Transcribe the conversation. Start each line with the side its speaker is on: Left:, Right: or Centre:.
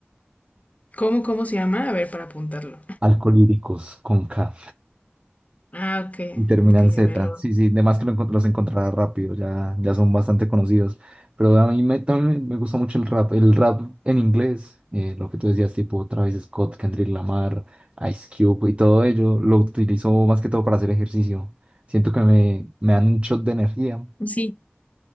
Left: ¿Cómo, cómo se llama? A ver, para apuntarlo.
Right: Alcolíricos con K.
Left: Ah, ok,
Right: Y terminan
Left: ok, ya
Right: Z,
Left: veo. lo-
Right: sí, sí, además que lo encont- los encontrará rápido, ya, ya son bastante conocidos. Pero a mí me, también me gusta mucho el rap, el rap en inglés, eh, lo que tú decías, tipo Travis Scott, Kendrick Lamar, Ice Cube y todo ello, lo utilizo más que todo para hacer ejercicio. Siento que me, me dan un shot de energía.
Left: Sí,